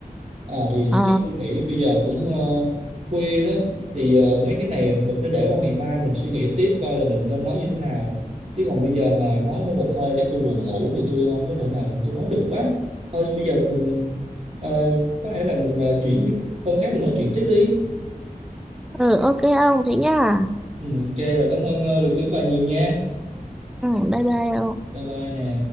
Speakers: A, on the right (about 40°); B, in the centre.
A: À thì
B: Ờ,
A: chắc tôi nghĩ bây giờ cũng ờ, khuya đó thì ờ, mấy cái này mình phải để qua ngày mai mình suy nghĩ tiếp coi là mình nên nói như thế nào chứ còn bây giờ mà nói nữa một hơi chắc tôi buồn ngủ thì tôi không có thể nào mà tôi nói được quá thôi bây giờ mình ờ, có thể là mình ờ, chuyển hôm khác mình nói chuyện tiếp đi
B: ừ, ok ông, thế nhá.
A: ừ, ok rồi cảm ơn ờ, lời khuyên của bà nhiều nha
B: Ừ, bye bye ông.
A: bye bye nè